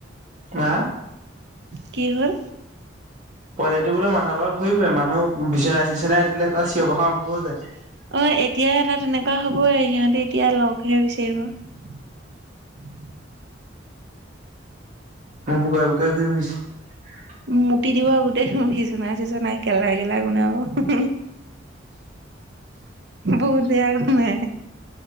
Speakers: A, on the right; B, on the right.
A: হা
B: কি হ'ল?
A: পোৱালিটোবোলো মানুহৰ লগত ঘূৰি ফুৰে মানুহ-হু বিচনাই চিচনাই উঠিলে হেতো চিঞৰ বাখৰ আৰম্ভ হৈ যায়।
B: অই এতিয়া এটা তেনেকুৱা হ'বই সিহঁতে এতিয়া লগহে বিচাৰিব। উহু
A: মই পোকৰে পোকৰে ঘূৰি ফুৰিছে।
B: মুতি দিব গোটেই বিচনাই চিচনাই গেলা গেলা গোন্ধাব হুহু। বহুত বেয়া গোন্ধাই।